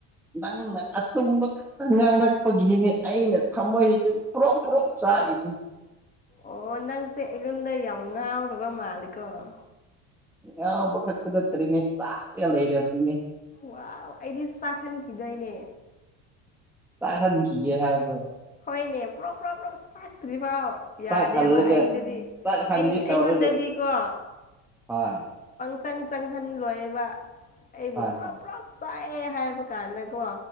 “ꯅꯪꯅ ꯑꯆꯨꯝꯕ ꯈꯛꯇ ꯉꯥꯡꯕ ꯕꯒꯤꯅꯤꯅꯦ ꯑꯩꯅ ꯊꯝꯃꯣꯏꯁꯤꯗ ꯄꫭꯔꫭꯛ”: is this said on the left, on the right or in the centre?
Centre